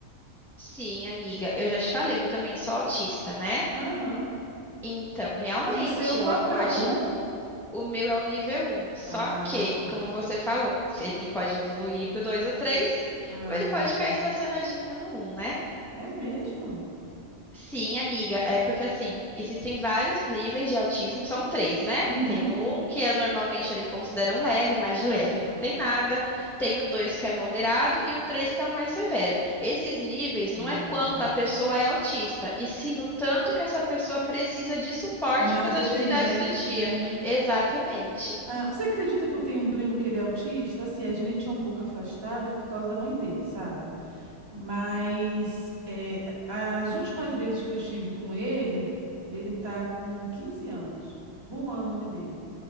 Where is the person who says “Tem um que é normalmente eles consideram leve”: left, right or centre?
Centre